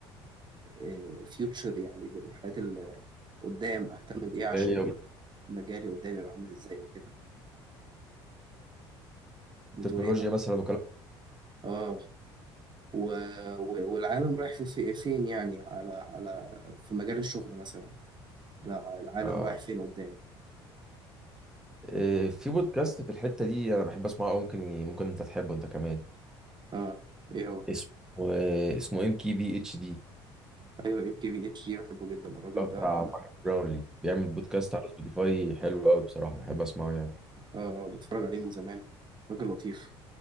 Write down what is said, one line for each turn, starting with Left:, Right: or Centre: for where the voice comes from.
Right: بالفيوتشر يعني بالحاجات اللي قدام أهتم بإيه عشان
Centre: تكنولوجيا
Right: مجالي قدام يبقى عامل إزاي وكده بتقول
Centre: تكنولوجيا
Right: إيه
Centre: مثلا
Right: آه و... و... والعالم رايح في في- فين يعني على على في مجال الشغل مثلا لا العالم
Centre: وكلام
Right: رايح فين قدام
Centre: آه، في بودكاست في الحتة دي انا بحب اسمعه أوي، ممكن ممكن انت تحبه انت كمان
Right: آه إيه هو
Centre: اسمه آه، اسمه ام كي بي اتش دي
Right: أيوه إم كي بي إتش دي بحبه جدا الراجل
Centre: بتاع
Right: ده
Centre: مارك براونلي بيعمل بودكاست على سبوتيفاي حلو قوي بصراحة بحب اسمعه يعني
Right: آه بتفرج عليه من زمان راجل لطيف